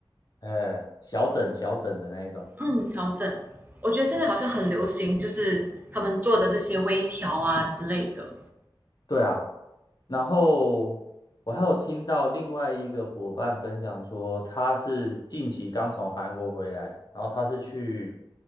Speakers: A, on the left; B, on the right.
A: 呃小整小整的那一种。
B: 嗯，调整。我觉得现在好像很流行，就是他们做的这些微调啊之类的。
A: 对啊，然后我还有听到另外一个伙伴分享说，他是近期刚从韩国回来，然后他是去